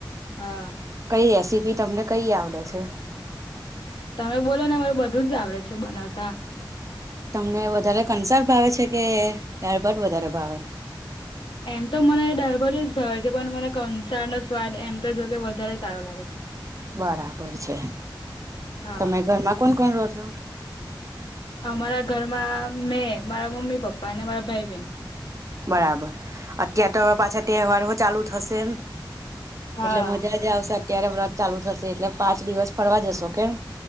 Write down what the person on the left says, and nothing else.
<inaudible>
તમે બોલો ને મરે બધું જ આવડે છે બનાવતા
એમ તો મને દાળભાત જ ભાવ છે પણ મને કંસાર નો સ્વાદ એમ તો જો કે વધારે સારો લાગે છે
હા
અમારા ઘરમાં મેં મારા મમ્મી પપ્પા અને મારા ભાઈ બહેન.
હા